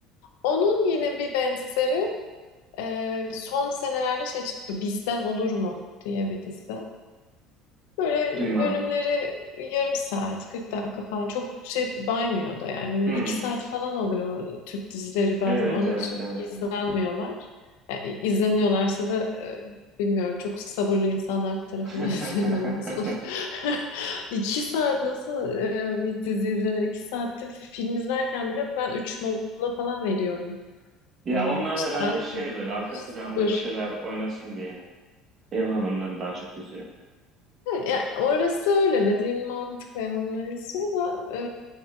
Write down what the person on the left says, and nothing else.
Onun yine bir benzeri e, son senelerde şey çıktı Bizden Olur mu diye bir dizi. Böyle
bölümleri yarım saat, 40 dakika falan çok şey baymıyor da yani. Öyle
iki saat falan oluyor Türk dizileri bazen
onun
için
izlenmiyorlar. Yani izleniyorlarsa da e, bilmiyorum çok sabırlı insanlar tarafından
<laughs> izleniyorlar sanırım. <laughs> İki saat nasıl e, bir dizi izlenir? İki saatte film izlerken bile ben üç mola falan veriyorum.
Yani
cidden
müthiş
sabır.
Ya, orası öyle dediğin mantıklı hayvanlar istiyor da e,